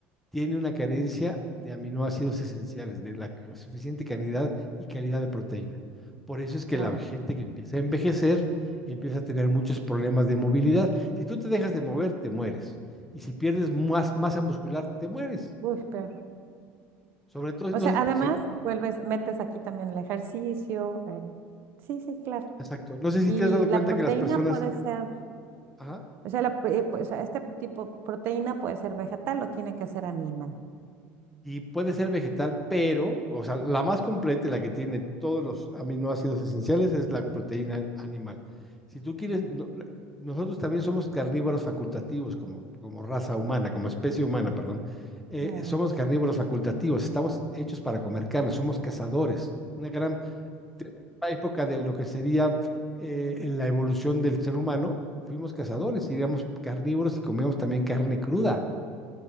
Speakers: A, in the centre; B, on the right.
A: tiene una carencia de aminoácidos esenciales, de la suficiente cantidad y calidad de proteína. Por eso es que
B: Wow.
A: la gente que empieza a envejecer empieza a tener muchos problemas de movilidad. Si tú te dejas de mover, te mueres. Y si pierdes más masa muscular, te mueres.
B: Uy, peor.
A: Sobre todo,
B: O
A: no
B: sea,
A: sé,
B: además,
A: si-
B: vuelves, metes aquí también el ejercicio, el... Sí, sí, claro.
A: exacto. No sé si
B: Y
A: te has dado
B: la
A: cuenta
B: Pues, proteína
A: que las personas,
B: entonces, puede ser,
A: ajá,
B: o sea, la- eh, pues, o sea, este tipo de proteína puede ser vegetal o tiene que ser animal.
A: y puede ser vegetal, pero, o sea, la más completa, y la que tiene todos los aminoácidos esenciales, es la proteína animal. Si tú quieres, no- nosotros también somos carnívoros facultativos como, como raza humana, como especie humana, perdón. Eh,
B: Claro,
A: somos carnívoros facultativos, estamos hechos para comer carne, somos cazadores. Una gran te- época de lo que sería eh, la evolución del ser humano, fuimos cazadores, y éramos carnívoros y comíamos también carne cruda